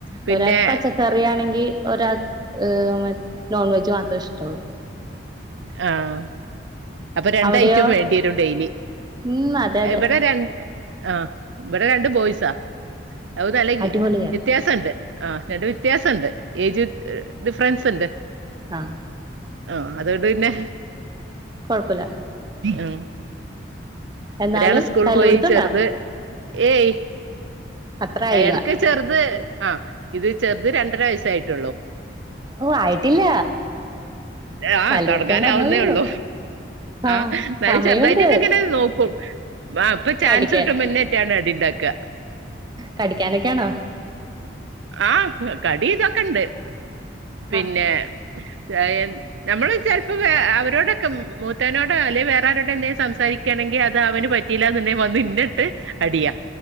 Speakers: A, on the right (about 80°); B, on the right (about 20°).
A: പിന്നെ
B: ഒരാക്ക് പച്ചക്കറിയാണെങ്കി ഒരാൾ ഏഹ് മ നോൺ വെജ് മാത്രം ഇഷ്ടൊള്ളൂ.
A: ആഹ് അപ്പൊ രണ്ട്
B: അവിടെയോ
A: ഐറ്റം വേണ്ടി വരും ഡെയിലി.
B: ഉം അതെ അതെ
A: ഇവിടെ രണ്ട് ആഹ് ഇവിടെ രണ്ട് ബോയിസാ. അത് തല കീ
B: അടിപൊളിയാ
A: വ്യത്യാ സണ്ട്. ആഹ് രണ്ട് വ്യത്യാസണ്ട് ഏജ് ഡിഫറൻസ് ണ്ട്.
B: ആഹ്.
A: ആഹ് അതുകൊണ്ട് പിന്നെ
B: കൊഴപ്പല്ല.
A: ഉം
B: എന്നാലും
A: ഒരാള് സ്കൂൾ
B: തല്ലുപിടുത്തണ്ടാ
A: പോയി. ചെറുത് ഏയ്
B: അത്ര ആയില്ല
A: ഇടയ്ക്ക് ചെറുത് ആഹ് ഇത് ചെറുത് രണ്ടര വയസ്സായിട്ടുള്ളു.
B: ഓ ആയിട്ടില്ല
A: ആഹ്
B: തല്ലുപിടുത്തം
A: തുടങ്ങാനാവുന്നേ
B: പറഞ്ഞോളൂ
A: ഉള്ളൂ.
B: ആ
A: ആഹ് ന്നാലും
B: സമയുണ്ട്
A: ചെറുതായിട്ടൊക്കെ ഇങ്ങനെ നോക്കും. ആഹ് ഇപ്പൊ ചാൻസ്
B: കടിക്കാൻ
A: കിട്ടുംബ ന്നെ ട്ടിയാണ് അടിണ്ടാക്കാ.
B: കടിക്കാനൊക്കെയാണോ?
A: ആഹ് കടി ഇതൊക്കെ ഇണ്ട്. പിന്നെ
B: ആ
A: ശയൻ ഞമ്മള് ചെലപ്പോ വേ അവരോടൊക്കെ മൂത്തവനോടോ അല്ലെ വേറെ ആരോടെന്തേലും സംസാരിക്കുകയാണെങ്കിൽ അത് അവന് പ റ്റിലാന്നുണ്ടെങ്കി വന്ന് എന്നെട്ട് അടിയാ.